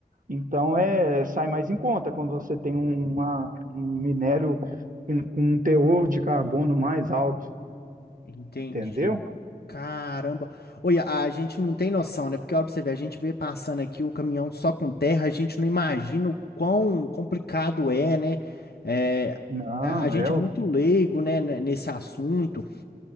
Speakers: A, on the right; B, on the left.
A: Então é, sai mais em conta quando você tem um- uma, um minério com, com um teor de carbono mais alto,
B: Entendi.
A: entendeu?
B: Caramba. Olha, a gente não tem noção, né? Porque olha pra você ver, a gente vê passando aqui o caminhão só com terra, a gente não imagina o quão complicado é, né? É,
A: Não,
B: a a gente
A: é,
B: é
A: o-
B: muito leigo, né, ne- nesse assunto.